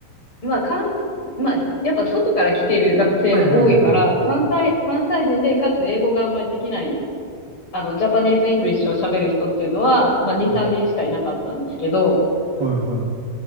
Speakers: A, on the left; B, on the right.
A: まあ、関、まあ、やっぱ外から来てる学生も多いから、
B: はいはいはい。
A: 関西、関西人で、かつ英語があんまりできない、あの、ジャパニーズ・イングリッシュを喋る人っていうのは、まあ、2、
B: うん
A: 3人しかいなかったんですけど、
B: はいは